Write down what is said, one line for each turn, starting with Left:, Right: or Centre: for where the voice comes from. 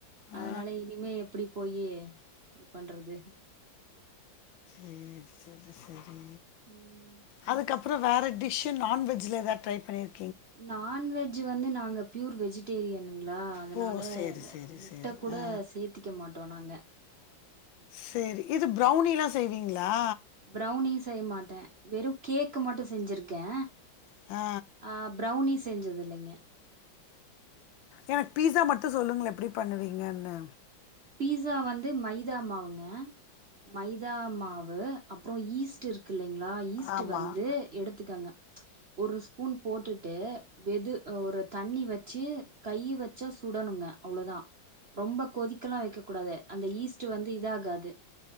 Left: ஆ
Right: அதனால இனிமே எப்டி போயே இது பண்றது
Left: ம் சரி சரி
Right: ம்
Left: அதுக்கப்புறோ வேற டிஷ்ஷு நான்வெஜ்ல எதா ட்ரை பண்ணிரு
Right: நான்வெஜ்ஜு வந்து நாங்க பியூர் வெஜிடேரியனுங்களா அதனால
Left: ஓ சரி சரி
Right: முட்ட
Left: சரி
Right: கூட
Left: ஆ
Right: சேத்திக்க மாட்டோ நாங்க
Left: சேரி இது ப்ரௌனிலா செய்வீங்களா
Right: ப்ரௌனி செய்ய மாட்ட வெறு கேக்கு மட்டு‌ செஞ்சிருக்கே
Left: ஆ
Right: ஆ ப்ரௌனி செஞ்சது இல்லைங்க
Left: எனக் பீஸா மட்டு சொல்லுங்ள எப்டி பண்ணுவீங்கனு
Right: பீஸா வந்து மைதா மாவுங்க மைதா மாவு அப்புறோ ஈஸ்ட் இருக்கு இல்லைங்ளா ஈஸ்ட்டு
Left: ஆமாம்
Right: வந்து எடுத்துகங்க ஒரு ஸ்பூன் போட்டுட்டு வெது ஒரு தண்ணி வ ச்சு கை வச்சா சுடணுங்க அவ்ளதா ரொம்ப கொதிக்கலா வைக்க கூடாது அந்த ஈஸ்ட் வந்து இதாகாது